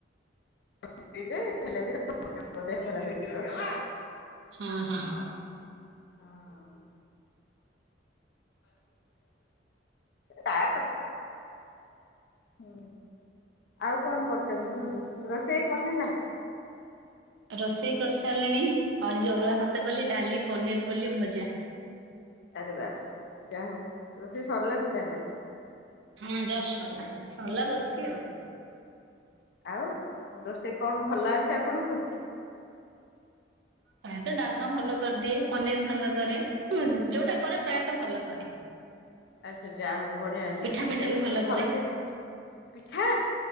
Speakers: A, on the left (about 60°); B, on the right (about 70°).
A: <unintelligible>
B: ହଁ ହଁ
A: ଆଉ। ହଁ ତା କ ହୁଁ ଆଉ କଣ କରୁଛନ୍ତି କୁହନ୍ତୁ, ରୋଷେଇ କଣ ହେଲା?
B: ରୋଷେଇ କରିସାରିଲିଣି, ଆରୁ ଯୋଉ ଅରୁଆ ଭାତ କଲି ଡାଲି, ପନିର କଲି ଭଜା।
A: ଆରେ ବାପରେ ଯାହଉ ରୋଷେଇ ସରିଲାଣି ତାହେଲେ।
B: ହଁ ଜଷ୍ଟ
A: ହୁଁ
B: ସରିଲା ସରିଲା ବସିଛି
A: ହୁଁ।
B: ଆଉ।
A: ଆଉ ମୋ ରୋଷେଇ କଣ ଭଲ ଆସେ ଆପଣଙ୍କୁ?
B: ପ୍ରାୟତଃ ଡାଲମା ଭଲ କରିଦିଏ। ପନିର ଭଲ କରେ ଉଁ ଯୋଉଟା କରେ ପ୍ରାୟତଃ ଭଲ କରେ।
A: <inaudible> ଆଛା ଯାହା ହଉ ବଢିଆ ହେଲା।
B: ପିଠା ପିଠା
A: ତାହେଲେ
B: ବି
A: ଗୋଟେ ଭଲ
B: କରେ
A: ଡିସ୍ ପିଠା।